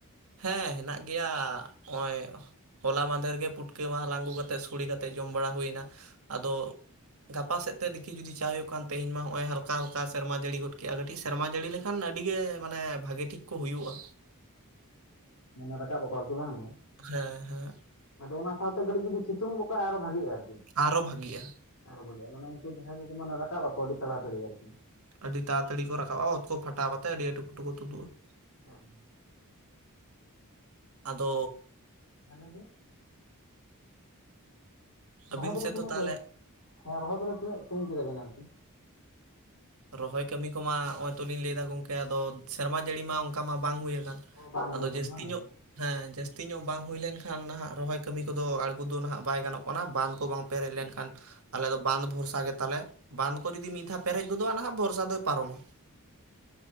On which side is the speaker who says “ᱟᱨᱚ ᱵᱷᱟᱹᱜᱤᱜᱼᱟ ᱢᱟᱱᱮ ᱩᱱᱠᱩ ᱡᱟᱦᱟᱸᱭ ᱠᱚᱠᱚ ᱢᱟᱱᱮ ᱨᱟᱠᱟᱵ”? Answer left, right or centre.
Left